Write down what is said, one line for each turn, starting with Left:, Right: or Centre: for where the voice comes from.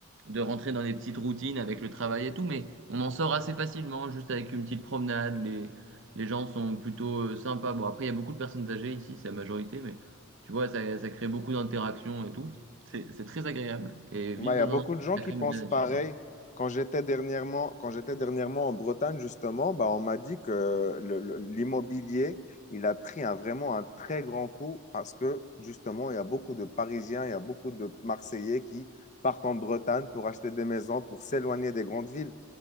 Right: de rentrer dans des petites routines avec le travail et tout, mais on en sort assez facilement, juste avec une petite promenade. Les, les gens sont plutôt euh, sympas. Bon, après, il y a beaucoup de personnes âgées ici, c'est la majorité, mais tu vois, ça, ça crée beaucoup d'interactions et tout. C'est, c'est très agréable. Et vivre
Left: Ouais, Il
Right: dans
Left: y a beaucoup
Right: un endroit où
Left: de gens
Right: il
Left: qui
Right: y a quand
Left: pensent
Right: même de la nature.
Left: pareil. Quand j'étais dernièrement, quand j'étais dernièrement en Bretagne, justement, bah, on m'a dit que le- le- l'immobilier, il a pris un, vraiment un très grand coup parce que, justement, il y a beaucoup de Parisiens, il y a beaucoup de Marseillais qui partent en Bretagne pour acheter des maisons, pour s'éloigner des grandes villes.